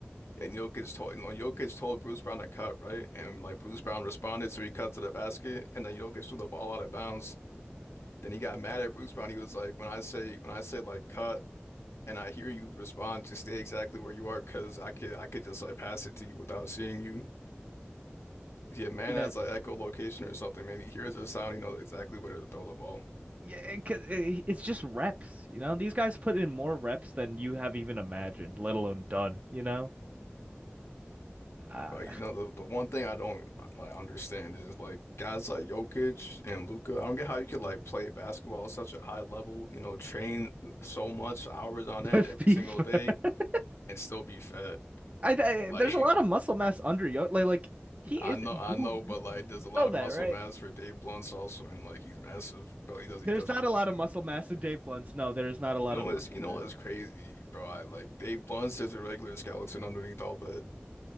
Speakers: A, on the left; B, on the right.
A: and Jokic told you know Jokic told Bruce Brown to cut right and like Bruce Brown responded so he cut to the basket and then Jokic threw the ball out of bounds Then he got mad at Bruce Brown. He was like, when I say when I say like cut and I hear you respond, just stay exactly where you are because I could I could just like pass it to you without seeing you. Yeah, man
B: yeah.
A: has like echolocation or something, man. He hears the sound, he knows exactly where to throw the ball.
B: Yeah, it, c- it- it's just reps, you know? These guys put in more reps than you have even imagined, let alone done, you know? Uh,
A: But you know the the one thing I don't like understand is like guys like Jokic and Luca. I don't get how you could like play basketball at such a high level, you know, train so much hours on
B: <laughs> but
A: end
B: FIFA,
A: every single day and still be fat.
B: I,
A: Like
B: I- there's a lot of muscle mass under Yo. Like, like he
A: I
B: isn't
A: know, I
B: moved
A: know, but
B: easily.
A: like, there's
B: You
A: a lot
B: know that,
A: of muscle
B: right?
A: mass for Dave Blunt's also, and like, he's massive, but he doesn't,
B: There's
A: he doesn't
B: not
A: work
B: a lot of
A: out.
B: muscle mass in Dave Blunt's. No, there is not a lot
A: You know
B: of
A: what's,
B: muscle
A: you know
B: mass.
A: what's crazy, bro? I like Dave Blunt's just a regular skeleton underneath all that.